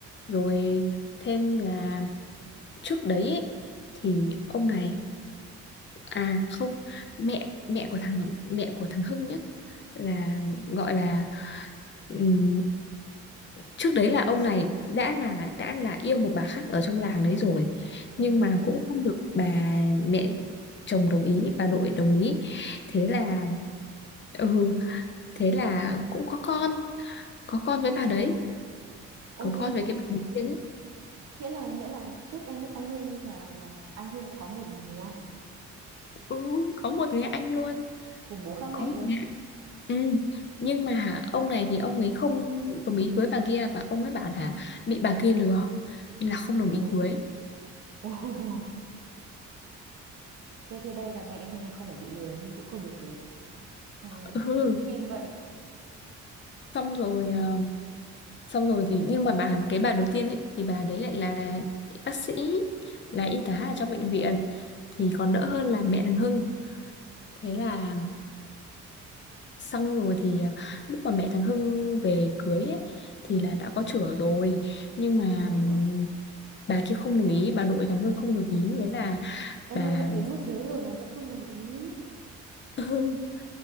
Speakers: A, on the left; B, on the right.
A: Rồi thêm là trước đấy ấy, thì ông này à không mẹ mẹ của thằng mẹ của thằng Hưng nhé là gọi là ừm, trước đấy là ông này đã là đã là yêu một bà khác ở trong làng đấy rồi
B: ừ
A: nhưng mà cũng không được bà mẹ chồng đồng ý bà nội đồng ý thế là
B: ồ
A: ừ thế là cũng có con có con với bà đấy
B: ô
A: có
B: thế
A: con
B: là
A: với cái bà đầu tiên ấy.
B: nghĩa là nghĩa là trước anh anh Hưng là là anh Hưng cũng có một người anh à
A: ừ, có một người anh luôn
B: cùng bố khác
A: có
B: mẹ
A: một
B: luôn
A: người Ừ. Nhưng mà ông này thì ông ấy không đồng ý cưới bà kia và ông ấy bảo là bị bà kia lừa nên là không đồng
B: ồ
A: ý cưới.
B: ồ <laughs> thế thế đây là mẹ anh Hưng là không phải bị lừa nhưng cũng không được cưới Eo ơi,
A: Ừ.
B: như phim vậy
A: Xong rồi ờ, xong rồi thì nhưng mà bà cái bà đầu tiên ấy thì bà đấy lại là bác sĩ là y tá ở trong bệnh viện thì còn đỡ hơn là mẹ thằng Hưng. Thế là xong rồi thì ờ, lúc mà mẹ thằng Hưng về cưới ấy, thì là đã có chửa rồi nhưng mà
B: ôi
A: ừm,
B: rồi
A: bà kia không đồng ý bà nội thằng Hưng không đồng ý thế là
B: em
A: bà
B: ơi đã đến mức đấy rồi mà vẫn không đồng ý
A: <laughs>